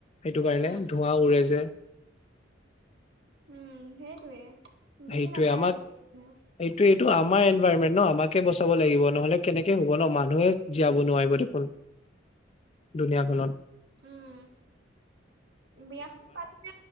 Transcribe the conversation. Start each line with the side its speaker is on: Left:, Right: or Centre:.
Left: সেইটো কাৰণে
Right: উম
Left: ধোঁৱা উৰে যে
Right: উম সেইটোৱে বুজি
Left: সেইটোয়ে
Right: নাপায়
Left: আমাক
Right: আজিকালি কোনেও।
Left: সেইটোয়ে এইটো আমাৰ এ পাৰিয়ে ন আমাৰ কেইবছৰ হ'ব লাগিব নহ'লে কেনেকে হ'ব ন মানুহে জীয়াব নোৱাৰিব দেখোন। দুনীয়াখনত
Right: উম বিয়াখন পাতিছে